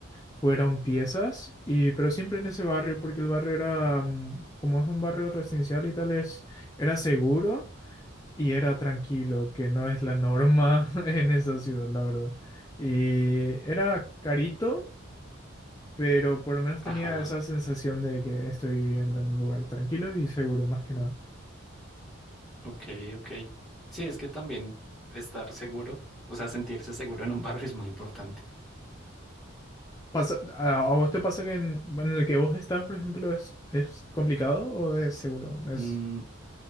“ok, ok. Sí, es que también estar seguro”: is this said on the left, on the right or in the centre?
Centre